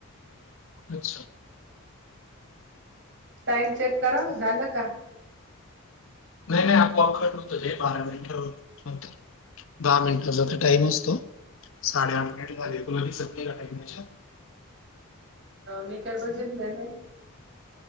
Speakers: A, on the left; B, on the right.
A: अच्छा.
B: टाइम चेक करां, झालं का?
A: नाही नाही आपोआप कट होतले, बारा मिनटा नंतर. दहा मिनिटाचा तर टाइम असतो, साडेआठ मिनिट झाले, तुला दिसत नाही का त्याच्यात?
B: मी काय बघितल नाय.